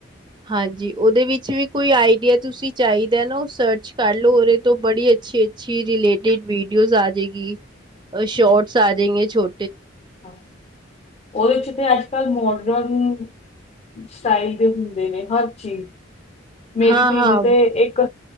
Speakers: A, on the right (about 25°); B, on the left (about 35°).
A: ਹਾਂਜੀ ਉਹਦੇ ਵਿੱਚ ਵੀ ਕੋਈ ਆਈਡੀਆ ਤੁਸੀਂ ਚਾਹੀਦਾ ਨਾ ਉਹ ਸਰਚ ਕਰ ਲਓ ਉਹਦੇ ਤੋਂ ਬੜੀ ਅੱਛੀ-ਅੱਛੀ ਰਲੇਟਿਡ ਵੀਡੀਓਜ਼ ਆ ਜਾਏਗੀ। ਸ਼ੋਰਟਸ ਆ ਜਾਏਗੇੰ ਛੋ
B: ਉਹਦੇ ਚ ਤੇ ਅੱਜ ਅੱਜ ਕੱਲ ਮੋਡਰਨ ਸਟਾਈਲ ਦੇ ਹੁੰਦੇ ਨੇ ਹਰ ਚੀਜ਼। ਮੇਰੀ
A: ਹਾਂ
B: ਧੀ
A: ਹਾਂ
B: ਨੇ ਤੇ ਇੱਕ